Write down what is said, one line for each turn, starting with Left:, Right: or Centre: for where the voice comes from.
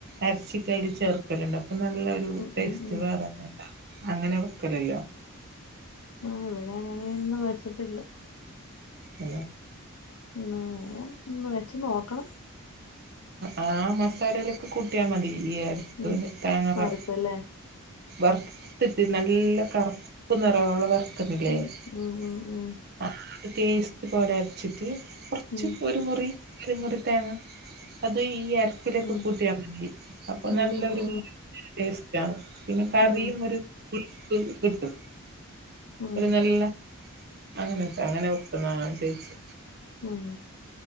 Right: ർച്ചിക്കയൽ ചേർക്കലുണ്ട് അപ്പൊ നല്ല
Left: ഉം
Right: ടെസ്റ്റ്
Left: ഉം ഉം
Right: വേറെന്നണ്ടാവും അങ്ങനെ വേക്കലില്ല
Left: ആഹ് ഇവിടെ അങ്ങനെയൊന്നും വെച്ചിട്ടില്ല
Right: അതെ
Left: ങ വേറൊന്ന് വെച്ച് നോക്കണം.
Right: ആ മസാലയിലേക്ക്കൂട്ടിയാ മതി ഈ എരപ്പ്
Left: ഉം
Right: താങ്ങാ പറ
Left: അരപ്പല്ലേ
Right: വറ്ത്തിട്ട് നല്ല കറ്പ്പ് നറോളം വറ് <unintelligible>
Left: ഉം ഉം ഉം ഉം
Right: പേസ്റ്റ് പോലര്ച്ചിട്ട്.
Left: ഉം
Right: ഒരു മുറി ഒരു മുറിതേങ്ങ അത് ഈ അ ലൊക്കെ
Left: ഉം
Right: കൂട്ടിയാ മതി അപ്പൊ
Left: ഉം
Right: നല്ലരുടെസ്റ്റ്
Left: ഉം ഉം
Right: ര പിന്നെ കറിയും
Left: ഉം
Right: ഒരു പുട്ടും കിട്ടും
Left: ഉം
Right: ഒരു നല്ല. അങ്ങനെയൊക്കെ അങ്ങനെ. വെക്കുന്നതാ ചേച്ചി
Left: ഉം